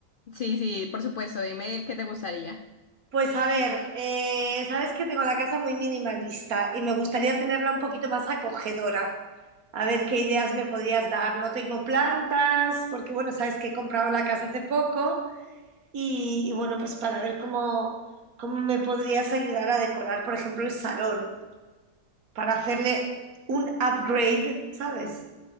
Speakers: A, on the left; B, on the right.
A: Sí, sí, por supuesto, dime qué te gustaría.
B: Pues a ver, eh, sabes que tengo la casa muy minimalista y me gustaría tenerla un poquito más acogedora. A ver qué ideas me podrías dar. No tengo plantas, porque bueno, sabes que he comprado la casa hace poco. Y, y bueno, pues para ver cómo, cómo me podrías ayudar a decorar, por ejemplo, el salón, para hacerle un upgrade, ¿sabes?